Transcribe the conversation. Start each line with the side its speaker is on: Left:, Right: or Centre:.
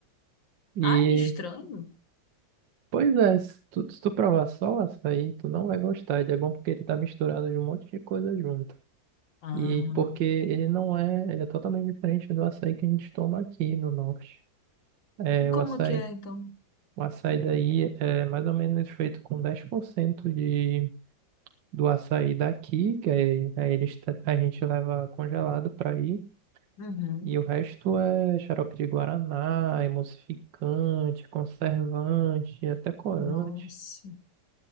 Right: E
Left: Ah, é estranho.
Right: Pois é, se tu, se tu provar só o açaí, tu não vai gostar. Ele é bom porque ele tá misturado de um monte de coisa junto.
Left: Ah,
Right: E porque ele não é, ele é totalmente diferente do açaí que a gente toma aqui no norte. É, o
Left: como
Right: açaí,
Left: que é então?
Right: o açaí daí é mais ou menos feito com 10% de, do açaí daqui, que aí, aí eles, tra- a gente leva congelado para aí.
Left: Uhum.
Right: E o resto é xarope de guaraná, emulsificante, conservante, até corante.
Left: Nossa.